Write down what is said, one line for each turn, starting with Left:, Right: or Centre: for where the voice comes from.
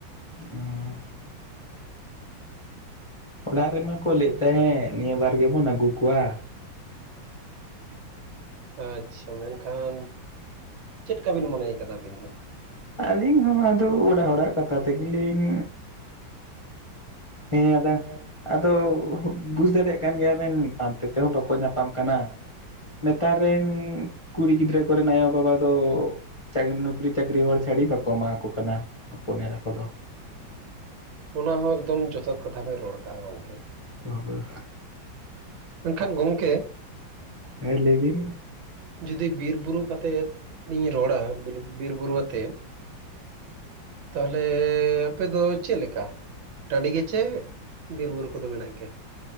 Left: <inaudible> ᱚᱲᱟᱜ ᱨᱮᱢᱟ ᱠᱚ ᱞᱟᱹᱭᱮᱫ ᱛᱟᱦᱮᱸᱫ ᱱᱤᱭᱟᱹ ᱵᱟᱨ ᱜᱮᱵᱚᱱ ᱟᱹᱜᱩ ᱠᱚᱣᱟ,
Right: ᱟᱪᱪᱷᱟ ᱢᱮᱱᱠᱷᱟᱱ, ᱪᱮᱫᱠᱟ ᱵᱤᱱ ᱢᱚᱱᱮᱭ ᱠᱟᱫᱟ ᱟᱹᱵᱤᱱ ᱫᱚ?
Left: ᱟᱹᱞᱤᱧ ᱦᱚᱸ ᱟᱫᱚ ᱚᱲᱟᱜ ᱦᱚᱲᱟᱜ ᱠᱟᱛᱷᱟ ᱛᱮᱜᱮᱞᱤᱧ ᱦᱮᱸ ᱟᱫᱟ᱾ ᱟᱫᱚ ᱵᱩᱡᱷ ᱫᱟᱲᱮᱭᱟᱜ ᱠᱟᱱ ᱜᱮᱭᱟ ᱵᱮᱱ, ᱯᱟᱱᱛᱮ ᱛᱮᱦᱚᱸ ᱵᱟᱠᱚ ᱧᱟᱯᱟᱢ ᱠᱟᱱᱟ᱾ ᱱᱮᱛᱟᱨ ᱨᱮᱱ ᱠᱩᱲᱤ ᱜᱤᱫᱽᱨᱟᱹ ᱠᱚᱨᱮᱱ ᱟᱭᱳ ᱵᱟᱵᱟ ᱫᱚ ᱪᱟᱠᱨᱤ, ᱱᱩᱠᱨᱤ ᱪᱟᱠᱨᱤ ᱦᱚᱲ ᱪᱷᱟᱹᱲᱤ ᱵᱟᱠᱚ ᱮᱢᱟ ᱠᱚ ᱠᱟᱱᱟ ᱦᱚᱯᱚᱱ ᱮᱨᱟ ᱠᱚᱫᱚ᱾
Right: ᱚᱱᱟ ᱦᱚᱸ ᱮᱠᱫᱚᱢ ᱡᱚᱛᱷᱟᱚᱛ ᱠᱟᱛᱷᱟ ᱯᱮ ᱨᱚᱲ ᱟᱠᱟᱫᱟᱼᱟ ᱜᱚᱢᱠᱮ᱾
Left: <unintelligible>
Right: ᱢᱮᱱᱠᱷᱟᱱ ᱜᱚᱝᱠᱮ
Left: ᱦᱮᱸ ᱞᱟᱹᱭ ᱵᱤᱱ
Right: ᱡᱩᱫᱤ ᱵᱤᱨᱵᱩᱨᱩ ᱠᱟᱛᱮᱫ ᱤᱧ ᱨᱚᱲᱟ᱾ ᱵᱤᱨᱵᱩᱨᱩ ᱟᱛᱮ ᱛᱟᱦᱚᱞᱮ ᱟᱯᱮᱫᱚ ᱪᱮᱫ ᱞᱮᱠᱟ? ᱴᱟᱺᱰᱤ ᱜᱮᱪᱮ ᱵᱤᱨ ᱵᱩᱨᱩ ᱠᱚᱫᱚ ᱢᱮᱱᱟᱜ ᱜᱮᱭᱟ?